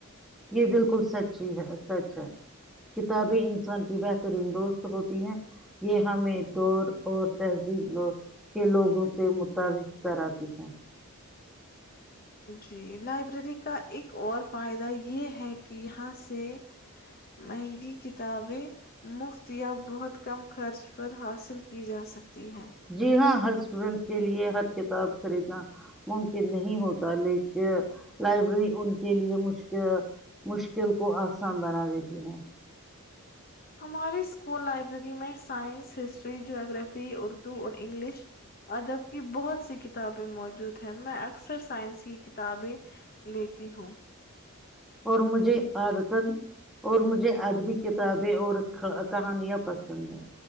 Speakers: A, in the centre; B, on the left.
A: یہ بالکل سچی ہے سچ ہے کتابیں انسان کی بہترین دوست ہوتی ہیں یہ ہمیں دور اور تہذیبگ کے لوگوں سے مطابق کراتی ہیں <inaudible>
B: جی لائبریری کا <inaudible> ایک اور فائدہ یہ ہے کہ یہاں سے مہنگی کتابیں مفت یا بہت کم خرچ پر حاصل کی جا سکتی ہے
A: جی ہاں ہر اسٹوڈینٹ کے لیے ہر <inaudible> کتاب خریدنا ممکن نہیں ہوتا لیکن لائبریری ان کے لیے مشک مشکل کو آسان بنا دیتی ہے <inaudible>
B: ہمارے اسکول لائبریری میں سائنس ہسٹری جگرافی اردو اور انگلش ادب کی بہت سی کتابیں موجود ہیں میں اکثر سائنس کی کتابیں لیتی ہوں
A: اور مجھے آدتان اور مجھے ادبی کتابیں اور کہانیاں پسند ہیں